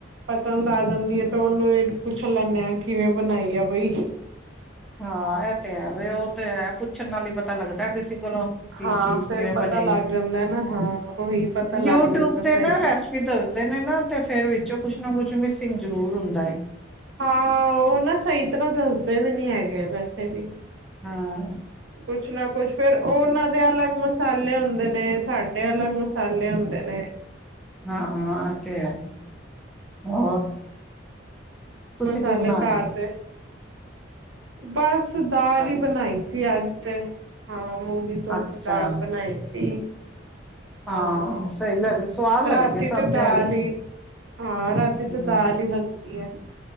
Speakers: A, on the right; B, in the centre.
A: ਪਸੰਦ ਆ ਜਾਂਦੀ ਏ ਤੇ ਓਨੂੰ ਈ ਪੁੱਛ ਲੈਂਨੇ ਆ ਕਿਵੇਂ ਬਣਾਈ ਆ। ਬਈ।
B: ਹਾਂ ਐ ਤੇ ਹੈ ਵੀ ਓ ਤੇ ਹੈ ਪੁੱ ਛਣ ਨਾਲ ਈ ਪਤਾ ਲੱਗਦਾ। ਪਤਾ ਤੁਸੀਂ ਕੋਲੋਂ ਕੀ
A: ਹਾਂ
B: ਚੀਜ਼
A: ਫੇਰ
B: ਕਿਵੇਂ
A: ਪਤਾ
B: ਬਣੇਗੀ
A: ਲੱਗ ਜਾਂਦਾ ਨਾ ਹਾਂ ਉਹੀ ਪਤਾ ਲੱਗ
B: ਯੂਟਿਊਬ
A: ਜਾਂਦਾ ਸਹੀ
B: ਤੇ ਨਾ ਰੈਸਪੀ ਦੱਸਦੇ ਨੇ ਨਾ। ਤੇ ਫੇਰ ਵਿੱਚੋ ਕੁੱਛ ਨਾ ਕੁੱਛ ਮਿਸਿੰਗ ਜ਼ਰੂਰ ਹੁੰਦਾ ਏ
A: ਹਾਂ ਓ ਨਾ ਸਈ ਤਰ੍ਹਾਂ ਦੱਸਦੇ ਵੀ ਨੀ ਹੈਗੇ ਵੈਸੇ ਵੀ
B: ਹਾਂ,
A: ਕੁੱਛ ਨਾ ਕੁੱਛ ਫੇਰ ਓਰ ਓਨਾਂ ਦੇ ਅਲੱਗ ਮਸਾਲੇ ਹੁੰਦੇ ਨੇ ਸਾਡੇ ਅਲੱਗ ਮਸਾਲੇ ਹੁੰਦੇ ਨੇ।
B: ਹਾਂ-ਹਾਂ ਏ ਤੇ ਹੈ ਹੋਰ ਤੁਸੀਂ
A: ਮਸਾਲੇ
B: ਕੀ ਬਣਾਇਆ
A: ਘਾੜਤੇ
B: ਅੱਜ?
A: ਬਸ ਦਾਲ
B: ਅੱਛਾ,
A: ਈ ਬਣਾਈ ਸੀ ਅੱਜ ਤੇ ਹਾਂ। ਮੂੰਗੀ ਧੁੱਤ
B: ਅੱਛਾ
A: ਦਾਲ ਬਣਾਈ ਸੀ। ਹਾਂ
B: ਹਾਂ ਸਹੀ ਲੱਗ ਸਵਾਦ ਲੱਗਦੀ
A: ਰਾਤੀ
B: ਹੈ ਸਾਨੂੰ
A: ਤੇ ਦਾਲ
B: ਹਲਕੀ
A: ਈ ਹਾਂ ਰਾਤੀ ਤੇ
B: ਹੂੰ।
A: ਦਾਲ ਈ ਬਣਦੀ ਐ।